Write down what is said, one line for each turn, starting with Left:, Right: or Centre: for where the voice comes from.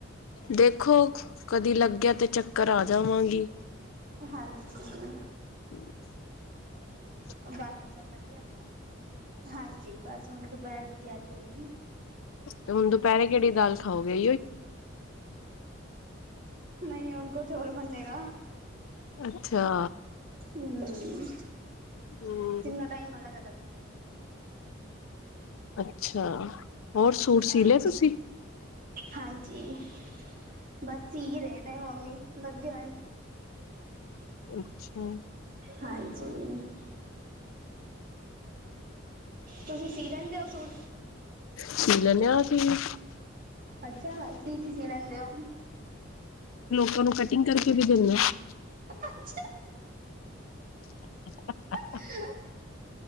Left: ਦੇਖੋ ਕਦੀ ਲੱਗਿਆ ਤੇ ਚੱਕਰ ਆ ਜਾਵਾਂਗੀ
Right: ਹਾਂਜੀ
Left: ਹਮ
Right: ਬਾਕੀ ਸਭ ਵਧੀਆ ਖਾਲ ਹਾਂਜੀ ਬਸ ਹੁਣ ਦੁਪਹਿਰ ਦੀ ਤਿਆਰੀ ਹੋਏਗੀ
Left: ਤੇ ਹੁਣ ਦੁਪਹਿਰੇ ਕਿਹੜੀ ਦਾਲ ਖਾਓਗੇ
Right: ਨਹੀਂ ਉਹ ਕੋ ੋਰ ਬੰਨੇਗਾ
Left: ਅੱਛਾ
Right: ਹਮ ਹਮ
Left: ਹੂੰ
Right: ਤਿੰਨੋ ਟਾਈਮ ਅਲੱਗ ਅਲੱਗ
Left: ਅੱਛਾ ਹੋਔਰ ਸੂਟ
Right: ਹਾਂਜੀ।
Left: ਸੀ ਲਿਆ ਤੁਸੀਂ
Right: ਹਾਂਜੀ ਬਸ ਰਹਿਣਾ ਮੰਮੀ ਲੱਗੇ ਹੋਏ
Left: ਅੱਛਾ
Right: ਹਾਂਜੀ ਅਤੇ ਤੁਸੀਂ ਸੀ ਲੈਂਦੇ ਹੋ
Left: ਸੀ ਲੈਂਨੇ ਆ ਅਸੀਂ ਵੀ
Right: ਅੱਛਾ ਚੀ ਕੀ ਸੀ ਲੈਂਦੇ ਹੋ
Left: ਤੁਹਾਨੂੰ ਕਟਿੰਗ ਕਰਕੇ ਵੀ ਦਿੰਨੇ ਹਾਂ
Right: ਅਛਾ
Left: <unintelligible>
Right: ਹ <unintelligible>